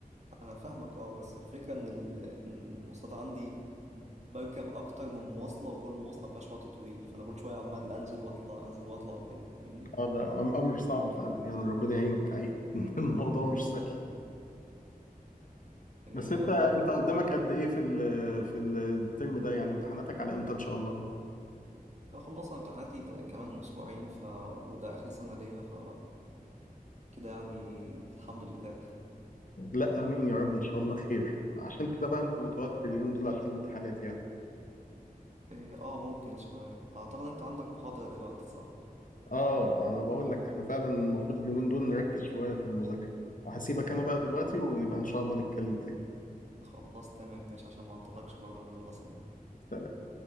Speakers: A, on the right; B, on the left.
A: انا فاهمك اه بس الفكره ان ال- إن المواصلات عندي بركب اكتر من مواصله وكل مواصله ما فيهاش وقت طويل فانا كل شويه عمال انزل واطلع انزل واطلع وكده فاهمني
B: اه ده أم- امر صعب فعلا يعني ربنا يعينك حقيقي <laughs> الموضوع
A: مم.
B: مش سهل
A: إيه،
B: بس انت
A: يلا
B: انت قدامك قد ايه في ال في ال- الترم ده يعني امتحاناتك على امتى ان شاء الله
A: انا خلصنا امتحاناتي ت- كمان اسبوعين ف وده اخر سنه ليا ف كده يعني الحمد لله
B: لا امين يا رب ان شاء الله خير عشان كده بقى انت متوتر اليومين دول عشان الامتحانات يعني
A: إيه، اه ممكن شويه اعتقد انت عندك محاضره دلوقتي صح
B: اه انا بقول لك احنا فعلا المفروض اليومين دول نركز شوية في المذاكرة هسيبك
A: مم.
B: انا بقى دلوقتي ونبقى ان شاء الله نتكلم تاني
A: خلاص تمام ماشي عشان ما اعطلكش برضه انا يلا سلام
B: سلام